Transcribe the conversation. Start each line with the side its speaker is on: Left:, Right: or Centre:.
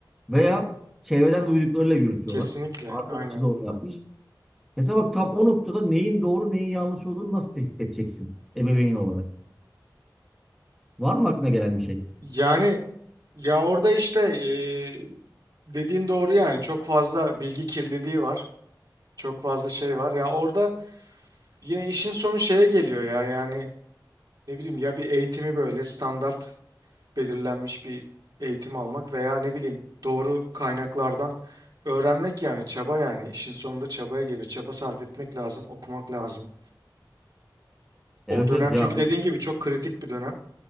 Centre: Veya çevreden duyduklarıyla yürütüyorlar.
Right: Kesinlikle,
Centre: Arkadaşı
Right: aynen.
Centre: da onu yapmış. Mesela bak tam o noktada neyin doğru neyin yanlış olduğunu nasıl tespit edeceksin ebeveyn olarak? Var mı aklına gelen bir şey?
Right: Yani ya orada işte e, dediğin doğru yani. Çok fazla bilgi kirliliği var. Çok fazla şey var. Ya orada ya işin sonu şeye geliyor ya. Yani ne bileyim ya bir eğitimi böyle standart belirlenmiş bir eğitim almak veya ne bileyim doğru kaynaklardan öğrenmek yani çaba yani işin sonunda çabaya geliyor. Çaba sarf etmek lazım, okumak lazım.
Centre: Evet
Right: O dönem
Centre: evet
Right: çünkü
Centre: ya o-
Right: dediğin gibi çok kritik bir dönem.